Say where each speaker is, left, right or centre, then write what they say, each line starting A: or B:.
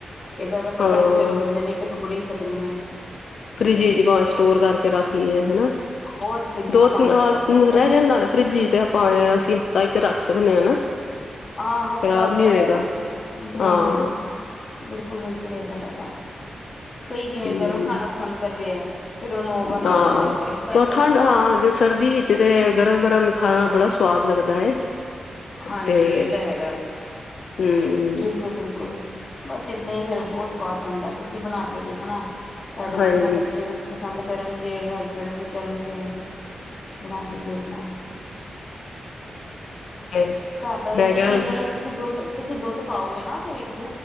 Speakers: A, on the left; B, on the left.
A: ਏਦਾਂ ਦਾ ਪਤਾ
B: ਹਾਂ
A: ਕਿ ਚਲੋ ਬੰਦੇ ਨੇ ਇੱਕ ਟੁਕੜੀ ਚ ਸਕੱਕਣੀਆਂ
B: ਫਰੀਜ ਸਟੋਰ ਕਰਕੇ ਰੱਖ ਲਈਏ ਹਨਾ।
A: ਹੋਰ ਫਰਿੱਜ
B: ਦੋਹ
A: ਚ ਭਾਵੇਂ ਸਟੋਰ ਕਰਕੇ ਰੱਖ
B: ਰਹਿ ਜਾਂਦਾ ਨਾ ਫਰਿੱਜ ਤੇ ਆਪ ਅ ਸੀ ਇੱਥੇ ਰੱਖ ਸਕਦੇ ਆ ਨਾ?
A: ਹਾਂ। ਹਫ਼ਤਾ
B: ਖ਼ਰਾਬ
A: ਇੱਕ
B: ਨੀ
A: ਰੱਖ
B: ਹੋਏਗਾ
A: ਦੋ। ਹਮ -ਹਮ
B: ਹਾਂ
A: ਬਿਲਕੁਲ- ਬਿਲਕੁਲ ਇਹ ਤਾਂ ਹੈਗਾ। ਕਈ ਜਿਵੇਂ
B: ਹਮ
A: ਗਰਮ ਖਾਣਾ ਪਸੰਦ ਕਰਦੇ ਹੈ। ਫਿਰ ਉਹਨੂੰ ਓਵਨ ਦੇ
B: ਹਾਂ,
A: ਵਿੱਚ ਥੋੜਾ ਗਰਮ ਕਰ ਲਓ
B: ਠੰਡ ਹਾਂ ਜ ਸਰਦੀ ਵਿੱਚ ਤੇ ਗਰਮ- ਗਰਮ ਖਾਣਾ ਬੜਾ ਸਵਾਦ ਲੱਗਦਾ ਹੈ।
A: ਹਾਂਜੀ,
B: ਤੇ
A: ਇਹ ਤਾਂ ਹੈਗਾ ਹੈ।
B: ਹਮ
A: ਬਿਲਕੁਲ -ਬਿਲਕੁਲ ਬਸ ਏਦਾਂ ਹੀ ਫੇਰ ਬਹੁਤ ਸਵਾਦ ਬਣਦਾ ਤੁਸੀਂ ਬਣਾ ਕੇ ਦੇਖਣਾ। ਤੁਹਾਡੇ
B: ਹਾਂਜੀ
A: ਦੇਖਣਾ ਬੱਚੇ ਵੀ ਪਸੰਦ ਕਰਨਗੇ, ਹਸਬੈਂਡ ਵੀ ਕਰਨਗੇ। ਬਣਾ ਕੇ ਦੇਖਣਾ।
B: ਮੈਂ
A: ਘਰ ਦਾ ਯਾਨੀ
B: ਕਿਹਾ
A: ਕਿ ਜਿਹੜਾ ਤੁਸੀਂ ਦੁੱਧ ਤੁਸੀਂ ਦੁੱਧ ਪਾਓਗੇ ਨਾ ਉਹਦੇ ਵਿੱਚ